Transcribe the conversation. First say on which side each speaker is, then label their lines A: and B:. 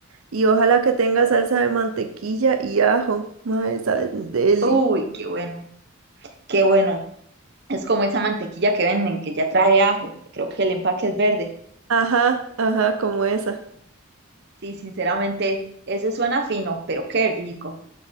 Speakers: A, on the right (about 75°); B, on the right (about 50°).
A: Y ojalá que tenga salsa de mantequilla y ajo, mae, saben, deli.
B: Uy, qué bueno. Qué bueno. Es como esa mantequilla que venden, que ya trae ajo. Creo que el empaque es verde.
A: Ajá, ajá, como esa.
B: Sí, sinceramente, eso suena fino, pero qué rico.